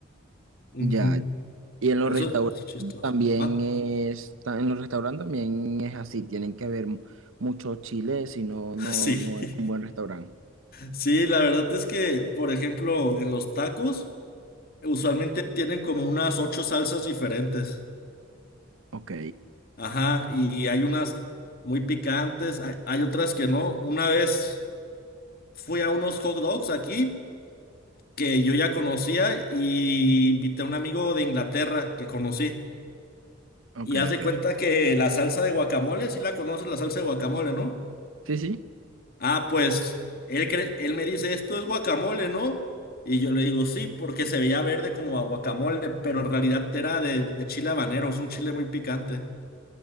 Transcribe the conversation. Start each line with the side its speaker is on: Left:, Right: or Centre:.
Left: Ujú.
Right: Ya. Y en los
Left: Eso,
Right: restaurantes
Left: eso es chistoso.
Right: también
Left: Ma-
Right: es, ta- en los restaurantes también es así, tienen que haber mu- mucho chile, si no, no,
Left: <laughs> Sí,
Right: no
Left: <laughs>
Right: es un buen restaurante.
Left: sí, la verdad es que, por ejemplo, en los tacos usualmente tienen como unas ocho salsas diferentes.
Right: Ok,
Left: Ajá, y hay unas muy picantes, hay, hay otras que no. Una vez fui a unos hot dogs aquí. que yo ya conocía y invité a un amigo de Inglaterra que conocí.
Right: ok,
Left: Y haz de
Right: ok.
Left: cuenta que la salsa de guacamole, sí la conoces, la salsa de guacamole, ¿no?
Right: Sí, sí.
Left: Ah, pues él, cre- él me dice, esto es guacamole, ¿no? Y yo le digo, sí, porque se veía verde como a guacamole, pero en realidad era de, de chile habanero, es un chile muy picante.